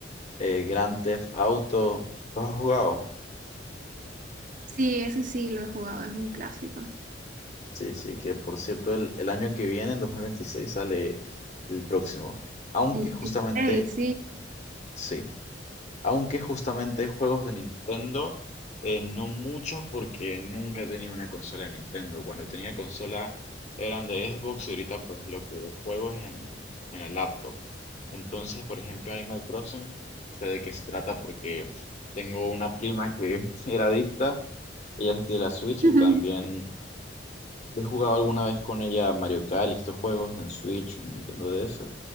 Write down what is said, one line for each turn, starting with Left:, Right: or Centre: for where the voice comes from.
Left: eh, Grand Theft Auto, ¿los has jugado?
Right: Sí, ese sí lo he jugado, es un clásico.
Left: Sí, sí, que por cierto el, el año que viene, en 2026, sale el próximo. Aunque
Right: El,
Left: justamente
Right: el Play, sí.
Left: sí. Aunque justamente juegos de Nintendo, eh, no muchos porque nunca he tenido una consola de Nintendo. Cuando tenía consola eran de Xbox y ahorita pues lo que juego es en, en la laptop. Entonces, por ejemplo, Animal Crossing, sé de qué se trata porque tengo una prima que <laughs> era adicta, ella se tiene la Switch
Right: <laughs>
Left: y también he jugado alguna vez con ella Mario Kart y estos juegos en Switch, en Nintendo DS,